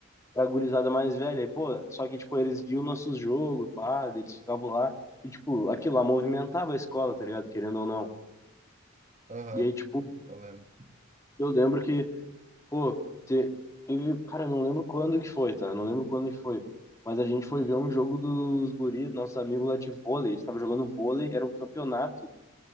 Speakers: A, on the left; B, on the right.
A: pra gurizada mais velha. E, pô, só que, tipo, eles viam nossos jogos, pá, eles ficavam lá. E, tipo, aquilo lá movimentava a escola, tá ligado? Querendo ou não.
B: Aham,
A: E aí, tipo,
B: eu lembro.
A: eu lembro que, pô, te- teve. Cara, eu não lembro quando que foi, tá? Eu Não lembro quando que foi. Mas a gente foi ver um jogo dos guris, nossos amigos lá de vôlei. Eles estavam jogando vôlei, era um campeonato.